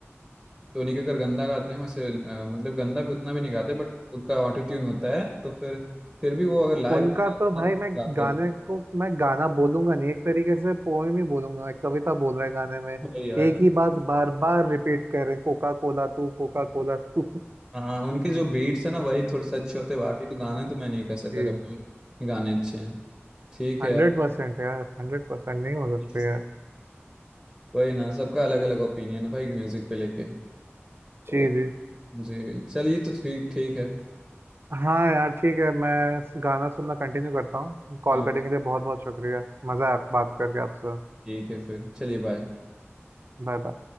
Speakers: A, in the centre; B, on the right (about 55°).
A: टोनी कक्कर गंदा गाते हैं वैसे अ, मतलब गंदा भी उतना भी नहीं गाते बट उनका ऑटो ट्यून होता है तो फिर फिर भी वो अगर लाइव
B: उनका
A: गाना
B: तो भाई मैं
A: गाते
B: गाने
A: ही
B: को मैं गाना बोलूंगा नहीं एक तरीके से पोएम ही बोलूंगा एक कविता बोल रहा है गाने में
A: वही यार
B: एक ही बात बार बार रिपीट कर रहे हैं कोका कोला तू कोका कोला तू
A: हाँ उनके जो बीट्स है ना वही थोड़े से अच्छे होते हैं बाकी तो गाने तो मैं नहीं कह सकता
B: जी
A: कभी भी गाने अच्छे हैं ठीक
B: हंड्रेड
A: है
B: परसेंट यार हंड्रेड परसेंट नहीं हो सकते
A: यार
B: यार
A: वही ना सबका अलग अलग ओपिनियन है भाई म्यूजिक पे लेके
B: जी
A: ओ,
B: जी
A: जी चलिए तो ठीक ठीक है
B: हाँ यार ठीक है मैं गाना सुनना कंटिन्यू करता हूँ कॉल
A: हाँ
B: करने के लिए बहुत बहुत शुक्रिया मज़ा आया बात करके आपसे
A: ठीक है फिर चलिए बाय
B: Bye bye